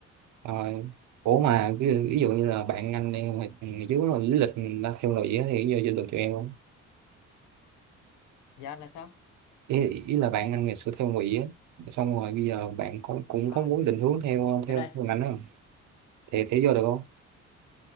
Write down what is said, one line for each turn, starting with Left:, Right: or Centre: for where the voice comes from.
Right: rồi ủa mà ví dụ, ví dụ như là bạn anh đi hồi ngày trước là lý lịch người ta theo lụy á thì giờ vô được tụi em không
Left: Dạ là sao?
Right: ý, ý là bạn anh ngày xưa theo ngụy á xong rồi bây giờ bạn cũng cũng
Left: À,
Right: có muốn định hướng theo
Left: cái
Right: theo
Left: đây
Right: ngành đó thì thì vô được không